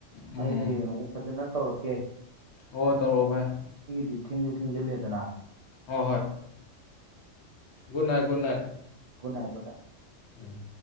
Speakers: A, on the left (about 65°); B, on the right (about 60°).
A: ꯎꯝ
B: ꯑꯩ ꯍꯌꯦꯡ ꯑꯃꯨꯛ ꯐꯖꯅ ꯇꯧꯔꯛꯀꯦ
A: ꯑꯣ ꯇꯧꯔꯛꯑꯣ ꯚꯥꯏ
B: ꯑꯩꯒꯤꯗꯤ ꯊꯦꯡꯖꯨ ꯊꯦꯡꯖꯜꯂꯦꯗꯅ
A: ꯍꯣ ꯍꯣꯏ good night good night
B: good night good night
A: ꯎꯝ